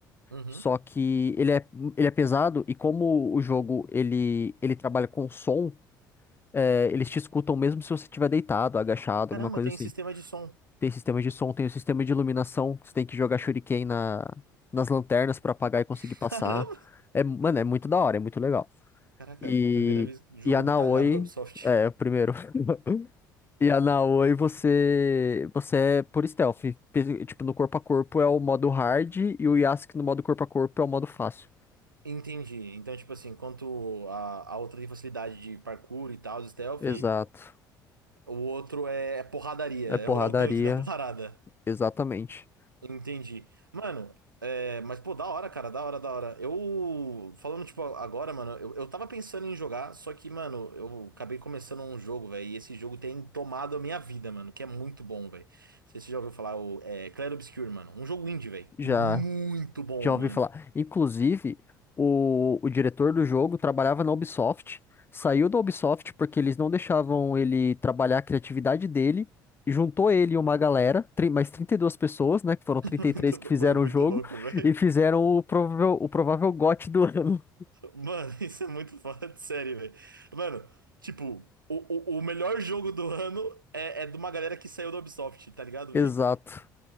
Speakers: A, on the right (about 90°); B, on the left (about 20°).
A: Uhum.
B: Só que ele é, ele é pesado e como o jogo ele, ele trabalha com som, é, eles te escutam mesmo se você estiver deitado, agachado,
A: Caramba,
B: alguma coisa
A: tem
B: assim.
A: sistema de som.
B: Tem sistema de som, tem o sistema de iluminação, você tem que jogar shuriken na, nas lanternas pra apagar e conseguir
A: <laughs>
B: passar.
A: Caramba!
B: É, mano, é muito da hora, é muito legal.
A: Caraca,
B: E,
A: primeira vez jogo
B: e a
A: detalhado
B: Naoi,
A: da Ubisoft.
B: é, o primeiro. <laughs> E a Naoi você, você é por stealth. Pe- Tipo, no corpo a corpo é o modo hard e o Yasuke no modo corpo a corpo é o modo fácil.
A: Entendi. Então, tipo assim, enquanto a, a outra tem facilidade de parkour e tal, stealth,
B: Exato.
A: o outro é, é porradaria,
B: É
A: é
B: porradaria,
A: o é o tanque da parada.
B: exatamente.
A: Entendi. Mano, é, mas pô, da hora, cara, da hora, da hora. Eu, falando, tipo, agora, mano, eu, eu tava pensando em jogar, só que, mano, eu acabei começando um jogo, velho, e esse jogo tem tomado a minha vida, mano, que é muito bom, velho. Não sei se você já ouviu falar, o é, Clair Obscur, mano. Um jogo indie, velho.
B: Já,
A: Muito bom,
B: já ouvi
A: mano.
B: falar. Inclusive, o, o diretor do jogo trabalhava na Ubisoft, saiu da Ubisoft porque eles não deixavam ele trabalhar a criatividade dele, e juntou ele e uma galera, tri- mais 32 pessoas, né, que foram
A: <laughs>
B: trinta e
A: Muito,
B: três
A: lou-
B: que fizeram
A: mano, muito
B: o jogo,
A: louco, velho.
B: e fizeram o provável, o provável GOT do ano.
A: Mano, <laughs> isso é muito fora de série, velho. Mano, tipo, o, o, o melhor jogo do ano é, é de uma galera que saiu da Ubisoft, tá
B: <laughs>
A: ligado,
B: Exato.
A: velho?